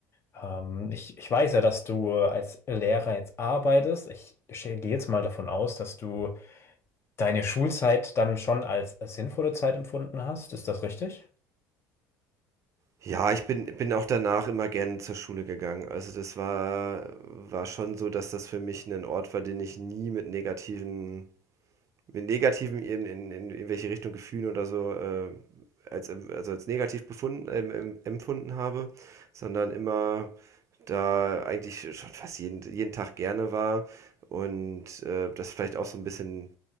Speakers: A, on the left; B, on the right.
A: Ähm, ich, ich weiß ja, dass du als Lehrer jetzt arbeitest. Ich sch- gehe jetzt mal davon aus, dass du deine Schulzeit dann schon als, als sinnvolle Zeit empfunden hast. Ist das richtig? <laughs>
B: Ja, ich bin bin auch danach immer gerne zur Schule gegangen. Also, das war war schon so, dass das für mich ein Ort war, den ich nie mit negativen mit negativen in in in irgendwelche Richtung Gefühlen oder so, äh, als em also, als negativ befunden ähm, em empfunden habe, sondern immer da eigentlich schon fast jeden jeden Tag gerne war und, äh, das vielleicht auch so ein bisschen